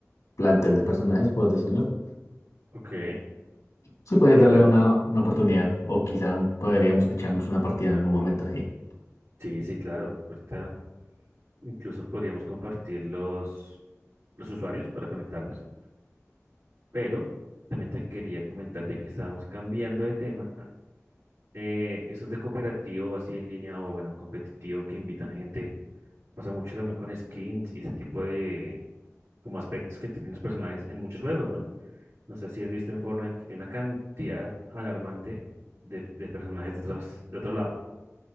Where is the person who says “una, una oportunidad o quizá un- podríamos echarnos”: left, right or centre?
Left